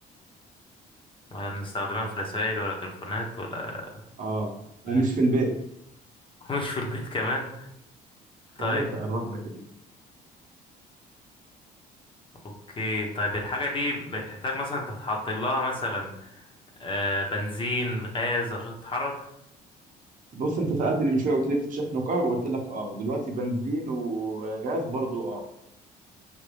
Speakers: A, on the left (about 30°); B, on the right (about 50°).
A: ولا بنستخدمها في رسائل ولا تليفونات ولا
B: اه ومش
A: <laughs>
B: في البيت
A: مش في البيت كمان طيب
B: ده عيب بقى الربلة كده
A: اوكي طيب الحاجة دي بتحتاج مثلا تتحط لها مثلا آه، بنزين غاز عشان تتحرك
B: بص انت سألتني من شوية قلت لي بتتشحن وكهرباء قلت لك اه ودلوقتي بنزين وغاز برضو اه